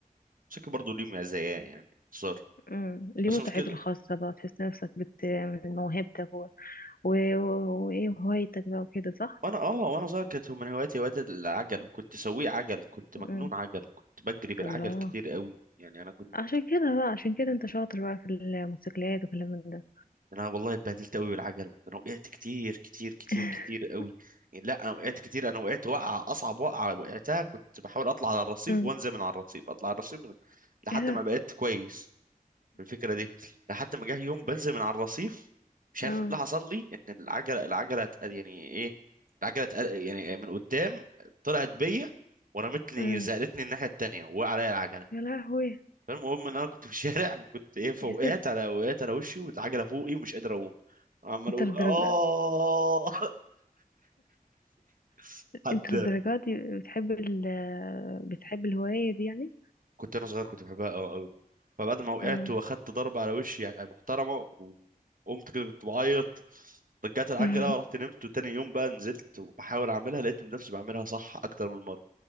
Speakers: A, on the right; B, on the left.
A: الموتوسيكل برضو ليه مزايا يعني صار
B: امم ليه
A: بس
B: متعته
A: مش كده
B: الخاصه بقى تحس نفسك بت من موهبتك و- و- و- وايه وهوايتك بقى وكده صح
A: وانا اه وانا صغير كانت من هواياتي هواية العجل كنت سويق عجل كنت مجنون
B: امم
A: عجل كنت بجري بالعجل
B: الله
A: كتير قوي يعني انا كنت
B: عشان كده بقى عشان كده انت شاطر بقى في الموتوسيكلات وكلام من ده
A: انا والله اتبهدلت قوي بالعجل ده انا وقعت كتير كتير كتير
B: <laughs>
A: كتير قوي يعني لا انا وقعت كتير انا وقعت وقعه اصعب وقعه وقعتها كنت بحاول اطلع على الرصيف
B: امم
A: وانزل من على الرصيف اطلع على الرصيف من... لحد
B: ايه ده
A: ما بقيت كويس الفكره دي لحد ما جه يوم بنزل من على الرصيف مش عارف
B: اه
A: ايه اللي حصل لي ان العجله العجله اتق- يعني ايه العجله اتق- يعني من قدام طلعت بيا ورمتني
B: امم
A: زقلتني الناحيه التانيه وقع عليا العجله
B: يا لهوي
A: فالمهم ان انا كنت في الشارع وكنت ايه فوقعت
B: يا ست
A: على وقعت على وشي والعجله فوقي ومش قادر اقوم عمال
B: انت
A: اقول
B: للدرجه
A: اه <laughs> حد
B: انت للدرجة دي بتحب ال بتحب الهواية دي يعني
A: كنت انا صغير كنت بحبها قوي قوي فبعد ما وقعت
B: آه.
A: واخدت ضربه على وشي يعني محترمه وقمت كده كنت بعيط رجعت العجله
B: <laughs>
A: ورحت نمت وتاني يوم بقى نزلت وبحاول اعملها لقيت نفسي بعملها صح اكتر من مره